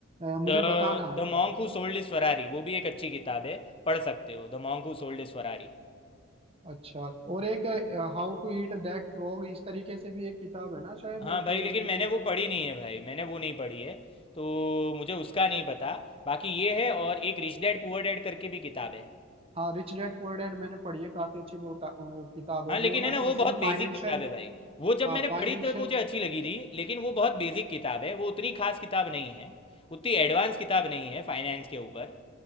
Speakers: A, on the right (about 30°); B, on the left (about 25°).
A: अ, मुझे
B: the
A: बताना
B: the monk who sold his Ferrari वो भी एक अच्छी किताब है पढ़ सकते हो the monk who sold his Ferrari
A: अच्छा और एक how to eat that frog इस तरीके से भी एक किताब है ना शायद
B: हाँ भाई
A: तो
B: लेकिन
A: मुझे
B: मैंने
A: लग-
B: वो पढ़ी नहीं है भाई मैंने वो नहीं पढ़ी है तो मुझे उसका नहीं पता बाकी ये है और एक रिच डैड पुअर डैड करके भी किताब है
A: हाँ रिच डैड पुअर डैड मैंने पढ़ी है काफी अच्छी वो, उता- वो किताब है
B: हाँ लेकिन
A: वो ना
B: है ना वो
A: असल
B: बहुत
A: में
B: बेसिक
A: फाइनेंशियल
B: किताब है भाई वो जब
A: हाँ
B: मैंने
A: फाइनेंशियल
B: पढ़ी तब मुझे अच्छी लगी थी लेकिन वो बहुत बेसिक किताब है वो उतनी खास किताब नहीं है उतनी एडवांस किताब नहीं है फाइनेंस के ऊपर